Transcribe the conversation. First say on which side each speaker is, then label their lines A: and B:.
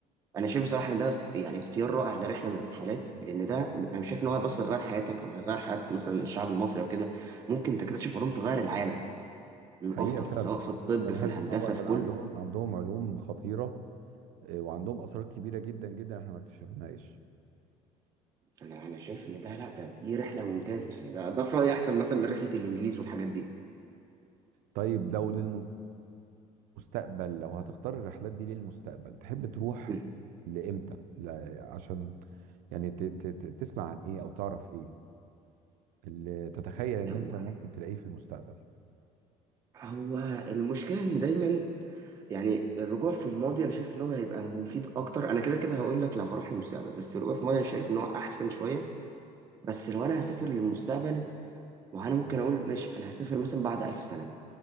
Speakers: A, on the right; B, on the right.
A: انا شايف بصراحه ان ده اخت- يعني اختيار رائع لرحله من الرحلات لان ده انا شايف ان هو بس يغير حياتك او هيغير حياه مثلا الشعب المصري او كده ممكن تكتشف علوم تغير العالم للافضل
B: حقيقه فعلا
A: سواء في الطب
B: انا بحس
A: في الهندسه
B: ان هم كان
A: في كله
B: عندهم عندهم علوم خطيره آه، وعندهم اسرار كبيره جدا جدا احنا ما اكتشفناهاش
A: انا انا شايف ان ده لا ده دي رحله ممتازه يعني ده ده في رايي احسن مثلا من رحله الانجليز والحاجات دي
B: طيب لو للم... مستقبل لو هتختار الرحلات دي للمستقبل تحب تروح
A: مم.
B: لامتى لا عشان يعني ت- ت- ت- تسمع عن ايه او تعرف ايه اللي تتخيل ان
A: هو
B: انت ممكن تلاقيه في المستقبل
A: هو المشكله ان دايما يعني الرجوع في الماضي انا شايف ان هو هيبقى مفيد اكتر انا كده كده هقول لك لو هروح للمستقبل بس الرجوع في الماضي انا شايف ان هو احسن شويه بس لو انا هسافر للمستقبل وانا ممكن اقول ماشي انا هسافر مثلا بعد 1000 سنه